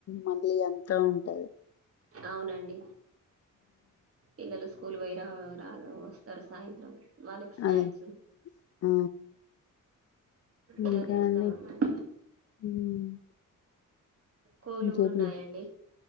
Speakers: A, on the left (about 50°); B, on the right (about 45°).
A: మళ్ళీ ఎంత ఉంటుంది
B: అవునండి ఇలలో స్కూల్ వైరా వస్తారు సాయంత్రం వాళ్ళకి స్నాక్స్
A: అదే. ఆ! ఇంకా
B: ఇలా చేస్తాం
A: అండి?
B: అనమాట
A: హ్మ్.
B: కోళ్ళు
A: ఇంకేం
B: కూడా ఉన్నాయండి
A: చేస్